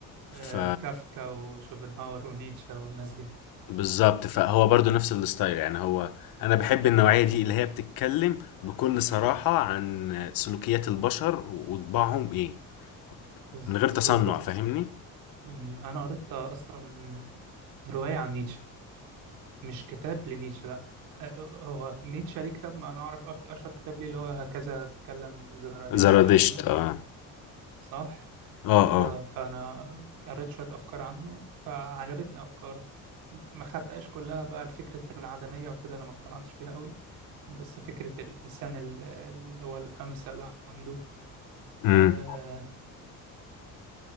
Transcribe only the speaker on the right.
آه، كافكا وشوبنهاور ونيتشه والناس دي
بالظبط
بالظبط
أمم، انا قريت اصلا روايه عن نيتشه مش كتاب لنيتشه لا آه، هو نيتشه ليه كتاب ما انا اعرف اكتر اشهر كتاب ليه اللي هو هكذا تكلم زرادشت
تقريبا
صح
آه،
فانا قريت شويه افكار عنه فعجبتني افكاره ما خدتهاش كلها بقى الفكرة العدمية وكده أنا ما اقتنعتش بيها قوي بس فكرة الإنسان ال- اللي هو الأمثل عنده
وكده